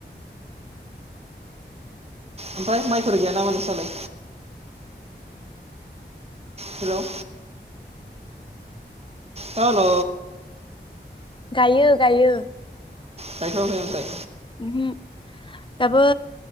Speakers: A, on the right; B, on the left.
A: ओमफ्राय माइफोर गैया नामा नोंसोरा लाय हेल' हेल'
B: गायो- गायो
A: गायथ'आखै आमफ्राय
B: उमहो दाबो